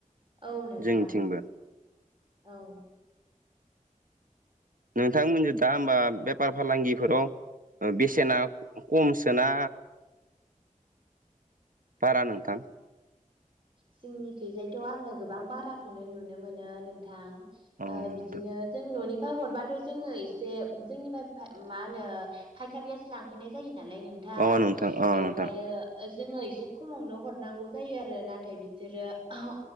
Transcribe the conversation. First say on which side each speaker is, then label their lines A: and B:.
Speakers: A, on the right; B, on the right.
A: औ नोंथां
B: जोंनिथिंबो
A: औ
B: नोंथांमोनजों दा होमबा बेफार फालांगिफोराव। बेसेना खमसोना? बारा नोंथां।
A: सिंनिखैजायथ आङो गोबां बाराखौनो नुनो मोनो नोंथां।
B: अ नोंथां
A: ओ बिदिनो जों ननिफाय हरबाथ जोङो एसे उ जोंनिफाय मा होनो। फाइखारियासो लांफैनाय जायो नालाय नोंथां
B: अ अ
A: बेयावहायो।
B: नोंथां
A: ओ जोङो एसे खमावनो हरनांगौ जायो आरो ना। थाय बिसोरो आह